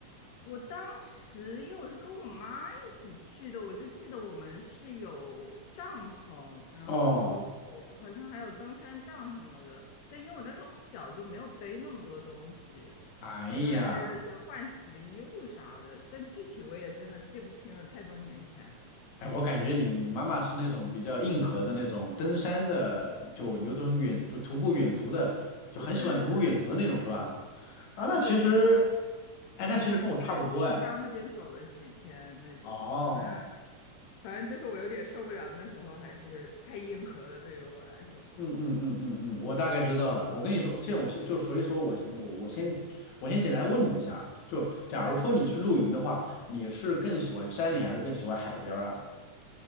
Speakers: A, on the left; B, on the left.
A: 我当时因为我是跟我妈一起去的，我就记得我们是有帐篷，然后我好像还有登山杖什么的。
B: 哦，
A: 但因为我那时候小，就没有背那么多东西，
B: 哎呀，
A: 好像还背了一些换洗的衣物啥的。但具体我也真的记不清了，太多年前了
B: 哎，我感觉你你妈妈是那种比较硬核的那种登山的，就有种远就徒步远足的，就很喜欢徒步远足的那种是吧？
A: 呃对对对，
B: 啊，
A: 是，
B: 那其实，
A: 就我们
B: 哎，
A: 我们是在丽江那边走了几天那种，
B: 那其实跟我差不多哎。哦。
A: 反正反正就是我有点受不了，那时候还是太硬核了，对于我来说
B: 嗯嗯嗯嗯嗯，我大概知道了。我跟你说，现在我先就所以说我我我先我先简单问你一下啊，就假如说你去露营的话，你是更喜欢山里还是更喜欢海边儿啊？